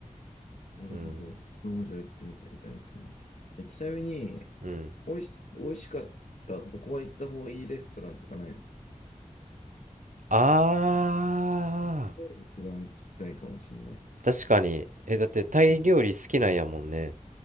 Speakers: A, on the left; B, on the right.
A: なるほど。
B: うん。
A: そこじゃ行ってみてみたいかな。え、ちなみに、
B: うん。
A: おいし、おいしかった、ここは行った方がいいレストランとかないのそ
B: あ
A: ういうの一番聞きたいかもしれない。
B: ー、確かに。え、だってタイ料理好きなんやもんね。
A: うん。